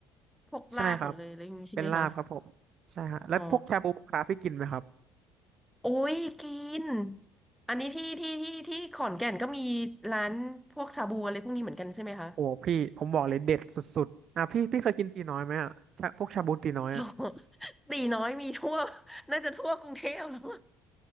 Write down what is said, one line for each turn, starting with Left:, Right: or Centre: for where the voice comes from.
Centre: พวกลาบหมดเลยอะไรอย่างนี้ใช่ไหมคะ
Right: ใช่ครับเป็นลาบครับผมใช่ฮะแล้วพวกชาบูหมูกระทะพี่กินไหมครับ
Centre: อ๋อ โอ้ยกินอันนี้ที่ที่ที่ที่ขอนแก่นก็มีร้านพวกชาบูอะไรพวกนี้เหมือนกันใช่ไหมคะ
Right: โอ้พี่ผมบอกเลยเด็ดสุดๆอ่ะพี่พี่เคยกินตีน้อยไหมอ่ะชาพวกชาบูตีน้อยอ่ะ
Centre: <laughs> ตีน้อยมีทั่ว <laughs> น่าจะทั่วกรุงเทพแล้ว